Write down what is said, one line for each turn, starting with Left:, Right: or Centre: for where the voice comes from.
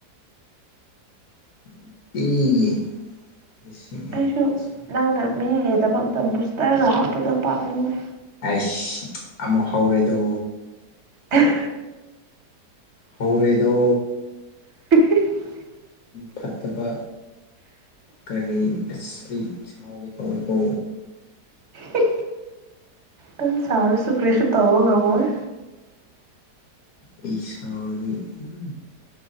Left: <unintelligible> ꯑꯦ
Right: ꯑꯩꯁꯨ
Left: ꯂꯤꯁꯤꯡ ꯅꯠꯇꯦ
Right: ꯅꯪꯅ ꯃꯤꯒꯤ ꯇꯃꯛꯇ ꯕꯨꯁꯇꯔ ꯍꯥꯞꯄꯗꯣ ꯄꯥꯝꯃꯨꯑꯦ꯫
Left: ꯑꯩꯁ ꯑꯃꯨꯛ ꯍꯧꯔꯦꯗꯣ
Right: ꯑꯪ
Left: ꯍꯧꯔꯦꯗꯣ
Right: <unintelligible>
Left: ꯐꯠꯇꯕ ꯀꯔꯤ ꯑꯁ ꯑꯩ ꯁꯥꯎꯒꯦ ꯇꯧꯑꯦꯀꯣ
Right: ꯍꯤꯍꯤ ꯅꯪ ꯁꯥꯎꯔꯁꯨ ꯀꯔꯤꯁꯨ ꯇꯧꯕ ꯉꯝꯃꯣꯏ꯫
Left: ꯑꯩ ꯁꯥꯎꯔꯤ ꯎꯝ